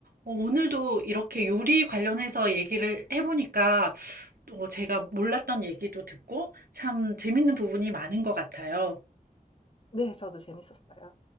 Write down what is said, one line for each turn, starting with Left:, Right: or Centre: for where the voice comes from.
Right: 어, 오늘도 이렇게 요리 관련해서 얘기를 해보니까 또 제가 몰랐던 얘기도 듣고 참 재밌는 부분이 많은 것 같아요.
Left: 네 저도 재밌었어요.